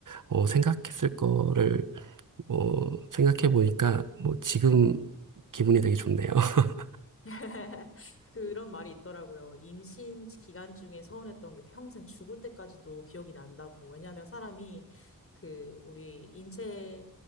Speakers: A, on the right; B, on the left.
A: 어, 생각했을 거를, 어, 생각해 보니까, 뭐 지금 기분이 되게 좋네요. <laughs>
B: <laughs> 그런 말이 있더라고요. 임신 기간 중에 서운했던 게 평생 죽을 때까지도 기억이 난다고. 왜냐하면 사람이 그 우리 인체